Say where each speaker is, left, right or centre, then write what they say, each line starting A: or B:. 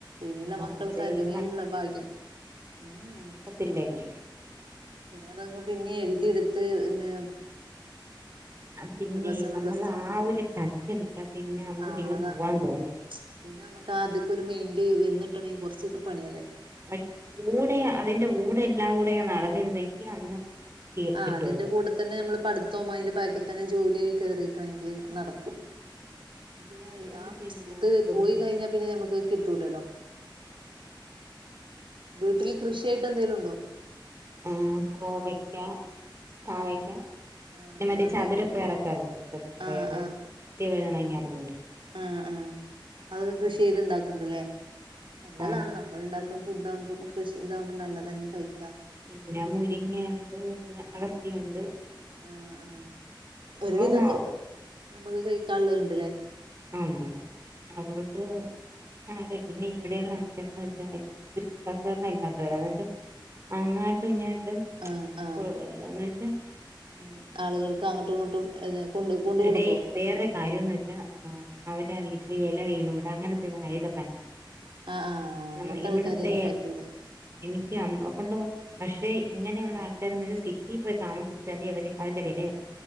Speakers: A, on the right (about 85°); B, on the right (about 35°).
A: ഇനുയുള്ള മക്കൾക്ക്
B: പക്ഷേ
A: അതിനേള്ളു
B: ഇനി
A: ഭാഗ്യം. ഉം.
B: ത്തില്ലല്ലേ
A: പിന്നെ അതൊക്കെ പിന്നെ എഴുതി എടുത്ത് പിന്നെ
B: പിന്നെ
A: പ്ലസ് വൺ
B: നമ്മൾ
A: പ്ലസ് ടു
B: ആഹ് ഒരു ടച്ച് വിട്ടാൽ പിന്നെ നമുക്ക്
A: ആഹ്
B: പിന്നെ
A: അതാണ്
B: പോവാൻ തോന്നും.
A: പിന്നെ നമുക്ക് ആഹ് അതൊക്കെ ഒരു മെയിന്റ വന്നിട്ടണെങ്കിൽ കൊറച്ചൊക്കെ പണിയല്ലേ?
B: പക്ഷെ കൂടെ അതിൻന്റെ കൂടെ എല്ലാം കൂടെ ഞാൻ നടന്നിരുന്നു എ അന്ന് കിട്ടിയ
A: ആഹ്
B: കിട്ടുവായിരുന്നു
A: അതിന്റെ കൂടെ തന്നെ നമ്മൾ പഠത്തോം അതില ബാക്കി
B: ഉം
A: തന്നെ ജോലിയും കേറിയിക്കണെങ്കില് നടക്കും. പിന്നെ
B: അല്ലെങ്കിൽ
A: ആഹ്
B: പിന്നെ
A: ഇത്
B: ബുദ്ധിമുട്ട്
A: പോയി കഴിഞ്ഞ പിന്നെ നമുക്ക് കിട്ടൂലല്ലോ വീട്ടില് കൃഷിയായിട്ട് എന്തെങ്കിലും ഉണ്ടോ?
B: ആഹ് കോവക്ക. പാവയ്ക്ക,
A: ആഹ് ആഹ്
B: പിന്നെ
A: അത്
B: ചതുരപ്പയർ ഇറക്കാറന്നൂ ചതുരപ്പയർ
A: ആഹ്
B: നിത്യ വേള എന്നറിഞ്ഞുടെ?
A: ആ ആ അതൊക്കെ കൃഷി ചെയ്ത് ഇണ്ടാക്കണ്ട്ല്ലേ? നല്ലതാണ്
B: ആ
A: ന നമ്മൾ ഉണ്ടാക്കുന്ന ഫുഡ് ആകുമ്പോ കൃഷി ഇതാവുമ്പോ നല്ലതെന്ന് കഴിക്കാൻ
B: പിന്നെ മുരിങ്ങയുണ്ട് പിന്നെ അഗസ്ത്യയുണ്ട്
A: ആഹ് ആഹ് ആഹ് ഒരുവിധക്കെ
B: മാവ്
A: നമ്മുക്ക് കഴിക്കാുള്ളത്ണ്ട്ല്ലേ?
B: ആഹ് ഉണ്ട് ഉണ്ട് അതുകൊണ്ട് ആഹ് അതെ പിന്നെ ഇവിടെയുള്ളള്ള ആൾക്കാരന്ന് വെച്ചാൽ ഒരു സഹകരണം ഇല്ലാത്തവരാ വച്ചാ അങ്ങാട്ടും ഇങ്ങായിട്ടും
A: ആഹ് ആഹ്
B: എന്നന്ന് വെച്ചാ
A: ഉം ആളുകൾക്ക് അങ്ങോട്ടും ഇങ്ങോട്ടും കൊണ്ട് കൊണ്ട് കൊടുക്കുവോ
B: എടെ വേറെ കാര്യംന്ന് വെച്ചാ അവരുടെ
A: ഉം
B: വീട്ടില് ഇല വീണുകൂട അങ്ങനത്തെ കാര്യകെ തന്നെ
A: ആഹ് ആഹ് അങ്ങനത്തെ
B: ന ഇവിടത്തെ
A: ആൾക്കാരെയൊന്നും പറ്റൂല
B: എനിക്ക് അമ്മ കൊണ്ട് പക്ഷെ ഇങ്ങനെയുള്ള
A: ആഹ്
B: ആൾക്കാര് സിറ്റിയിൽ പോയി താമസിച്ചാലേ അവര് അതിന്റെ വിലയേറിയ